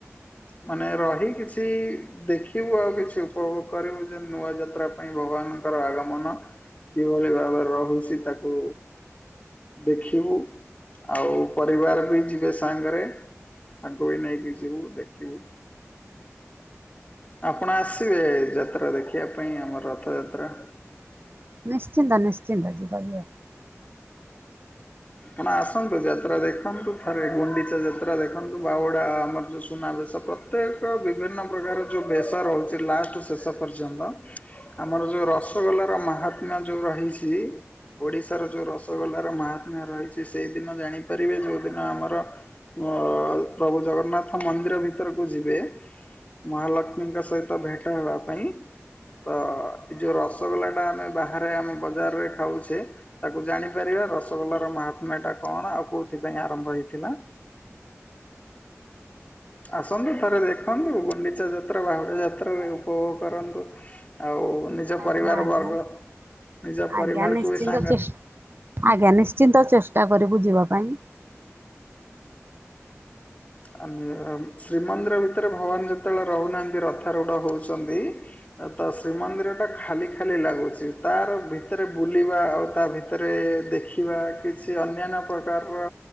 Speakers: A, on the left (about 30°); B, on the right (about 45°).
A: ମାନେ ରହି କିଛି ଦେଖିବୁ ଆଉ କିଛି ଉପଭୋଗ କରିବୁ ଯେ ନୂଆ ଯାତ୍ରା ପାଇଁ ଭଗବାନଙ୍କର ଆଗମନ କିଭଳି ଭାବରେ ରହୁଚି ତାକୁ ଦେଖିବୁ ଆଉ ପରିବାର ବି ଯିବେ ସାଙ୍ଗରେ ତାକୁବି ନେଇକି ଯିବୁ ଦେଖିବୁ। ଆପଣ ଆସିବେ ଯାତ୍ରା ଦେଖିବା ପାଇଁ ଆମର ରଥଯାତ୍ରା।
B: ନିଶ୍ଚିନ୍ତ ନିଶ୍ଚିନ୍ତ ଯିବା ଯିବାଗୋ।
A: ଆପଣ ଆସନ୍ତୁ ଯାତ୍ରା ଦେଖନ୍ତୁ ଥରେ ଗୁଣ୍ଡିଚା ଯାତ୍ରା ଦେଖନ୍ତୁ ବାହୁଡ଼ା ଆମର ଯଉଁ ସୁନାବେଶ ପ୍ର ପ୍ରତେକ ବିଭିନ୍ନ ପ୍ରକାର ଯୋଉ ବେଶ ରହୁଚି ଲାଷ୍ଟେ ଶେଷ ପର୍ଯ୍ୟନ୍ତ ଆମର ଯୋଉ ରସଗୋଲାର ମାହାତ୍ମ୍ୟ ଯୋଉ ରହିଚି ଓଡିଶାର ଯୋଉ ରସଗୋଲାର ମାହାତ୍ମ୍ୟ ରହିଚି ସେଇଦିନ ଜାଣିପାରିବେ ଯୋଉ ଦିନ ଆମର ମ ପ୍ରଭୁ ଜଗନ୍ନାଥ ମନ୍ଦିର ଭିତରକୁ ଯିବେ ମହାଲକ୍ଷ୍ମୀଙ୍କ ସହିତ ଭେଟ ହେବା ପାଇଁ ତ ଏ ଯୋଉଁ ରସଗୋଲାଟା ଆମେ ବାହାରେ ଆମେ ବଜାରରେ ଖାଉଚେ ତାକୁ ଜାଣିପାରିବା ର ରସ ଗୋଲର ମାହାତ୍ମ୍ୟା ଟା କଣ ଆଉ କୋଉଥିପାଇଁ ଆରମ୍ଭ ହେଇଥିଲା। ଆସନ୍ତୁ ଥରେ ଦେଖନ୍ତୁ ଗୁଣ୍ଡିଚା ଯାତ୍ରା ବାହୁଡ଼ି ଯାତ୍ରାରେ ଉପଭୋଗ କରନ୍ତୁ। ଆଉ ନିଜ
B: ଆଜ୍ଞା
A: ପରିବାର
B: ଆଜ୍ଞା
A: ବର୍ଗ ନିଜ ପରିବାରକୁ
B: ଆଜ୍ଞା ନିଶ୍ଚିନ୍ତ
A: ବି ସାଙ୍ଗରେ
B: ଚେଷ୍ଟା ଆଜ୍ଞା ନିଶ୍ଚିନ୍ତ ଚେଷ୍ଟା କରିବୁ ଯିବା ପାଇଁ।
A: <unintelligible> ଶ୍ରୀମନ୍ଦିର ଭିତରେ ଭଗବାନ ଯେତେବେଳେ ରହୁନାହାଁନ୍ତି ରଥ ରୂଡ଼ ହେଉଚନ୍ତି ତ ଶ୍ରୀମନ୍ଦିର ଟା ଖାଲି ଖାଲି ଲାଗୁଚି ତାର ଭିତରେ ବୁଲିବା ଆଉ ତା ଭିତ ଭିତରେ ଦେଖିବା କିଛି ଅନ୍ୟାନ୍ୟ ପ୍ରକାରର